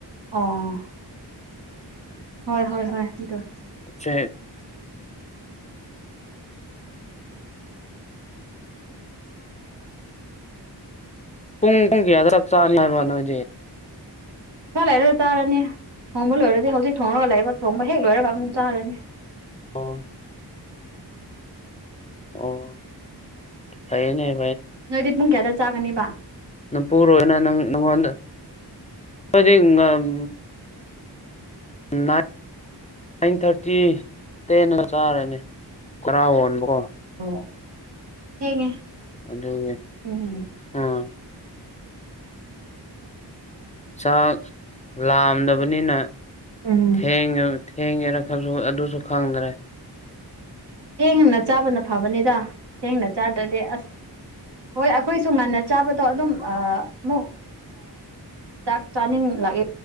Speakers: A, on the right (about 75°); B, on the left (about 20°).
A: ꯑ ꯍꯣꯏ ꯍꯣꯏ ꯍꯣꯏ ꯍꯣ
B: ꯎꯆꯦꯛ ꯄꯨꯡ ꯄꯨꯡ ꯀꯌꯥꯗꯛ ꯆ ꯍꯥꯏ
A: ꯆꯥ ꯂꯩꯔꯁꯨ ꯆꯥꯔꯅꯤ ꯊꯣꯡꯕ ꯂꯣꯏꯔꯗꯤ ꯍꯧꯖꯤꯛ ꯊꯣꯡꯉꯒ ꯂꯩ ꯊꯣꯡꯕ ꯍꯦꯛ ꯂꯣꯏꯔꯒꯞ ꯆꯥꯔꯅꯤ
B: ꯑ ꯑꯣ ꯐꯩꯅꯦ
A: ꯅꯣꯏꯗꯤ ꯄꯨꯡ ꯀꯌꯥꯗ ꯆꯥꯒꯅꯤꯕ
B: ꯅꯪ ꯄꯨꯔꯣꯏꯅ ꯅꯪ ꯅꯪꯉꯣꯟꯗ ꯗꯤ ꯎꯝ ꯅꯥꯏꯟ ꯊꯥꯔꯇꯤ ꯇꯦꯟꯗ ꯆꯥꯔꯅꯤ ꯈꯔꯥ ꯍꯣꯟꯕꯀꯣ
A: ꯑꯣ ꯊꯦꯡꯉꯦ
B: ꯑꯗꯨꯒꯤ
A: ꯎꯝ
B: ꯑꯥ ꯆꯥꯛ ꯂꯥꯝꯗꯕꯅꯤꯅ
A: ꯎꯝ
B: ꯊꯦꯡꯉ ꯊꯦꯡꯉꯦꯔ ꯈꯜꯁꯨ ꯑꯗꯨꯁꯨ ꯈꯪꯗꯔꯦ
A: ꯊꯦꯡꯅ ꯆꯥꯕꯅ ꯐꯕꯅꯤꯗ ꯊꯦꯡꯅ ꯆꯥꯗ꯭ꯔꯗꯤ ꯑꯁ ꯍꯣꯏ ꯑꯩꯈꯣꯏꯁꯨ ꯉꯟꯅ ꯆꯥꯕꯗꯣ ꯑꯗꯨꯝ ꯑꯃꯨꯛ ꯆꯥꯛ ꯆꯥꯅꯤꯡ ꯂꯥꯛꯑꯦ